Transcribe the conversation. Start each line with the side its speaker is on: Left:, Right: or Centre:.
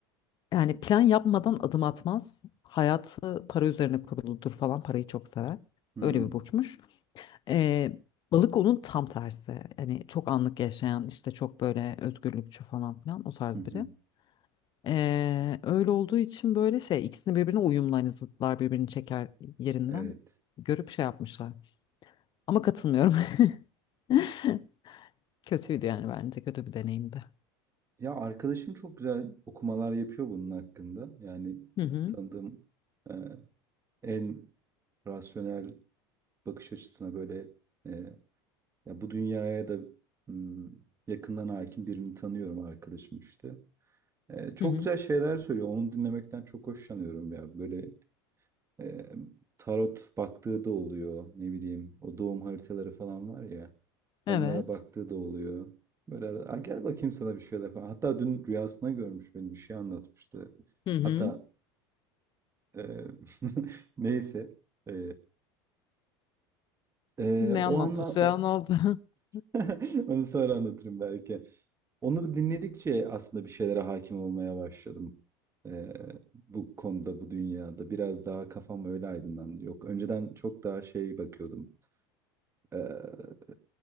Left: yani plan yapmadan adım atmaz. Hayatı para üzerine kuruludur falan parayı çok sever.
Right: hı,
Left: Öyle bir burçmuş. Ee, balık onun tam tersi. Hani çok anlık yaşayan işte çok böyle özgürlükçü falan filan o tarz
Right: hı hı.
Left: biri. Ee, öyle olduğu için böyle şey ikisini birbirine uyumlu hani zıtlar birbirini çeker yerinden
Right: Evet.
Left: görüp şey yapmışlar. Ama katılmıyorum. <laughs> Kötüydü yani bence kötü bir deneyimdi.
Right: Ya arkadaşım çok güzel okumalar yapıyor bunun hakkında. Yani
Left: Hı hı.
Right: tanıdığım e, en rasyonel bakış açısına böyle e, ya bu dünyaya da hmm, yakından hakim birini tanıyorum arkadaşım işte. Ee, çok
Left: Hı hı.
Right: güzel şeyler söylüyor. Onu dinlemekten çok hoşlanıyorum ya. Böyle e, tarot baktığı da oluyor. Ne bileyim o doğum haritaları falan var ya. Onlara
Left: Evet.
Right: baktığı da oluyor. Böyle arada, "Aa, gel bakayım sana bir şeyler falan. Hatta dün rüyasına görmüş beni bir şey anlatmıştı.
Left: Hı hı.
Right: Hatta e, <laughs> neyse. E, e,
Left: Ne
Right: o
Left: anlatmış
Right: anla
Left: ya
Right: o
Left: ne oldu? <laughs>
Right: <laughs> Onu sonra anlatırım belki. Onu dinledikçe aslında bir şeylere hakim olmaya başladım. Ee, bu konuda, bu dünyada biraz daha kafam öyle aydınlandı. Yok, önceden çok daha şey bakıyordum. Ee,